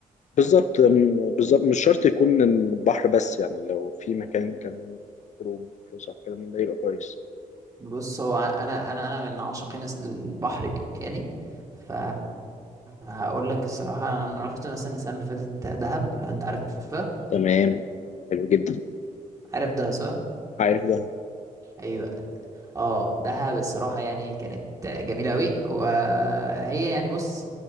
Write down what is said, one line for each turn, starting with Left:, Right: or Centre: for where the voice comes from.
Left: بالظبط م- بالظبط مش شرط يكون البحر بس يعني لو في مكان كان خروج فسح الكلام من ده يبقى كويس
Right: بص هو انا انا انا من عاشقين الس- البحر يعني ف هقول لك الصراحه انا رحت مثلا السنه اللي فاتت دهب لو انت عارفها
Left: تمام حلو جدا
Right: عارف دهب صح
Left: عارف ده
Right: ايوه اه دهب الصراحة يعني كانت جميلة أوي وهي يعني بص